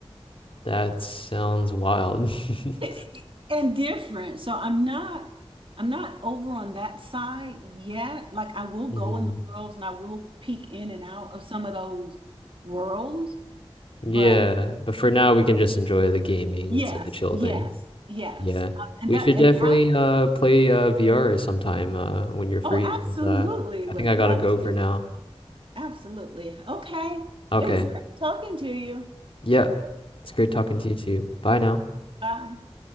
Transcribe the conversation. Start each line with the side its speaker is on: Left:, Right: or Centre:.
Left: That sounds wild. <laughs>
Right: <laughs> And different. So I'm not I'm not over on that side yet. Like I will
Left: Mhm.
Right: go in the worlds and I will peek in and out of some of those worlds. But
Left: Yeah, but for now we can just enjoy the gaming.
Right: yes,
Left: It's like a chill
Right: yes,
Left: thing.
Right: yes.
Left: Yeah.
Right: Uh, And
Left: We
Right: that
Left: should
Right: and
Left: definitely
Right: ab-
Left: uh play uh VR sometime uh when you're free
Right: oh, absolutely
Left: 'cause uh I
Right: would
Left: think I
Right: love
Left: gotta go for
Right: to.
Left: now.
Right: Absolutely. Okay.
Left: Okay.
Right: It was nice talking to you.
Left: Yeah. It's great talking to you too. Bye now.
Right: Bye.